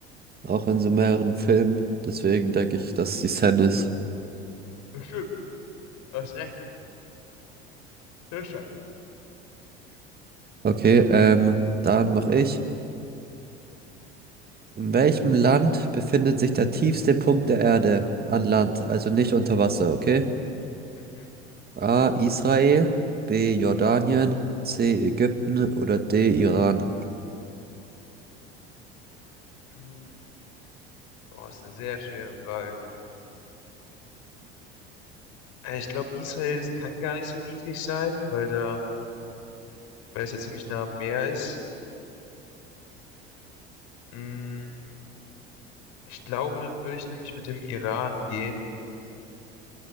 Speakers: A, on the right (about 30°); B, on the left (about 60°).
A: auch in so mehreren Filmen. Deswegen denke ich, dass die Sen ist.
B: Bestimmt, hast recht. Sehr stark.
A: Okay, ähm, dann mache ich. In welchem Land befindet sich der tiefste Punkt der Erde an Land, also nicht unter Wasser, okay?
B: Mhm.
A: A. Israel, B. Jordanien, C. Ägypten oder D. Iran.
B: Mm, Boah, ist eine sehr schwere Frage. Äh, Ich glaube, Israel, das kann gar nicht so niedrig sein, weil da, weil es ja ziemlich nah am Meer ist. Mm, ich glaube, dann würde ich nämlich mit dem Iran gehen.